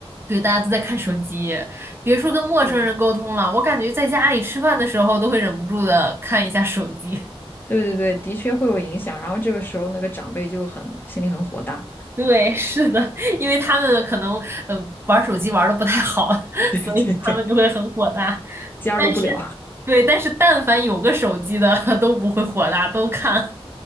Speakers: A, on the right; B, on the left.
A: 对，大家都在看手机，别说跟陌生人沟通了，
B: 是，
A: 我感觉在家里吃饭的时候都会忍不住的看一下手机。
B: 对对对，的确会有影响。然后这个时候，那个长辈就很心里很火大，
A: 对，<laughs> 是的，因为他们可能呃玩手机玩的不太好，
B: <laughs>
A: <laughs>
B: 对对对，
A: 所以他们就会很火大。
B: 加入不了，
A: 但是，对，但是但凡有个手机的 <laughs> 都不会火大，都看。